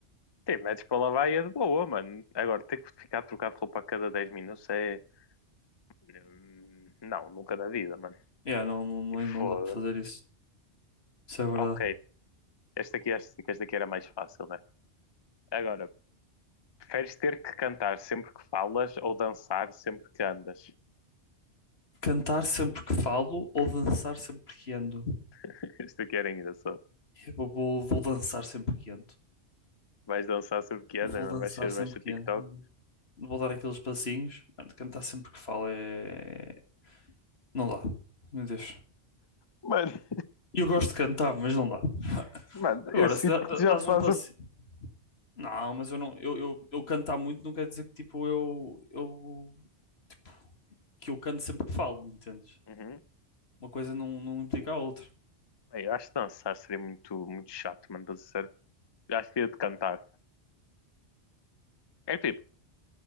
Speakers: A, on the left; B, on the left.
A: Sim, metes para lavar e é de boa, mano. Agora, ter que ficar a trocar de roupa a cada 10 minutos é. hum, Não, nunca na vida, mano.
B: Yeah, não, não, não
A: E Foda.
B: não dá para fazer isso. Isso é verdade.
A: Ok, esta aqui, esta, esta aqui era mais fácil, né? Agora, preferes ter que cantar sempre que falas ou dançar sempre que andas?
B: Cantar sempre que falo ou dançar sempre que ando?
A: <laughs> Esta aqui era engraçado.
B: Eu vou, vou vou dançar sempre que ando.
A: Vais dançar sempre que andas,
B: Vou
A: mano?
B: dançar
A: Vais ser,
B: sempre
A: vais ser
B: que
A: TikTok?
B: ando. Vou dar aqueles passinhos. Mano, cantar sempre que falo é. Não dá. Meu Deus.
A: Mano, <laughs>
B: Eu gosto de cantar, mas não dá.
A: mano,
B: Agora,
A: eu sinto
B: se dá- dá-
A: que
B: dás
A: já faço
B: um passo.
A: a
B: Não, mas eu não, eu, eu, eu cantar muito não quer dizer que tipo eu, eu tipo, que eu canto sempre que falo, entendes?
A: Uhum.
B: Uma coisa não, não implica a outra.
A: Bem, Eu acho que dançar seria muito, muito chato, mano, para ser sincero. Eu acho que ia de cantar. É tipo,